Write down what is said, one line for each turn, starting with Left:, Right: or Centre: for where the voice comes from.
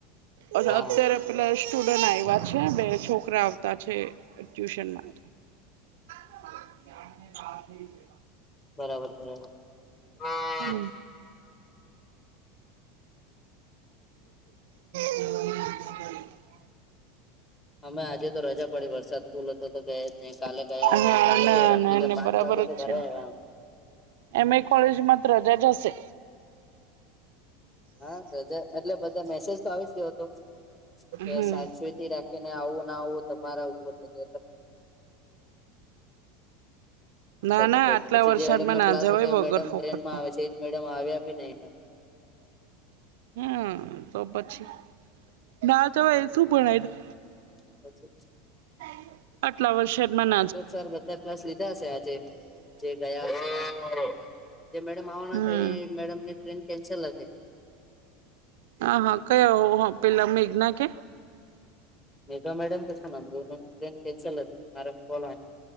Right: અને
Left: હા
Right: અત્યારે
Left: હા
Right: પેલા સ્ટુડન્ટ આવ્યા છે બે છોકરા આવતા છે ટ્યુશનમાં. <unintelligible>
Left: બરાબર બરાબર <inaudible>
Right: હમ્મ. <unintelligible>
Left: અમે આજે તો રજા પાડી વરસાદ ફૂલો હતો તો ગયા જ નહી કાલે ગયા
Right: હા
Left: હતા કાલે
Right: ના
Left: ભી હેરાન
Right: ના
Left: થી
Right: ના
Left: પાચ
Right: બરાબર
Left: વાગે
Right: જ
Left: તો ઘરે
Right: છે ને
Left: આયવા અમે.
Right: એમ એ કોલેજમાં રજા જ હશે.
Left: હા બધા એટલે બધા મેસેજ તો આવી જ ગયો હતો કે
Right: હમ
Left: સાચવી થી રાખીને આવો ના આવો તમારા ઉપર થઈ જાય.
Right: ના
Left: અછા
Right: ના
Left: તો
Right: આટલા
Left: પછી
Right: વરસાદમાં
Left: જે મેડમ નો
Right: ના
Left: ક્લાસ
Right: જવાય
Left: હતો એ
Right: વગર
Left: મેડમ
Right: ફોકટમાં
Left: ટ્રેનમાં આવે છે એ જ મેડમ આવે આપી નહી.
Right: હમ્મ તો પછી ના તોવે શું ભણાયુ તું
Left: પછી જ
Right: <inaudible> આટલા વર્ષ માં
Left: અશોક સર બધા ક્લાસ લીધા હશે આજે જે ગયા હશે <unintelligible> જે મેડમ આવાના
Right: હમ
Left: કહી એ મેડમ ને ટ્રેન કેન્સલ હતી.
Right: હા હા કયા હો પેલા મેઘના કે
Left: મેઘા મેડમ કશ ના ટ્રેન કેન્સલ હતી મારા કોલ